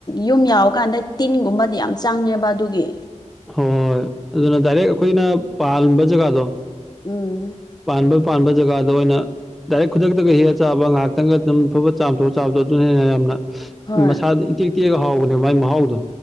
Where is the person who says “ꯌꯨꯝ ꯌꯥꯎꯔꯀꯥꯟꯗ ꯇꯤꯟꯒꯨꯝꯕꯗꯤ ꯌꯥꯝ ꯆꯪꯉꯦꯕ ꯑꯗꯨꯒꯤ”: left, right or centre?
Left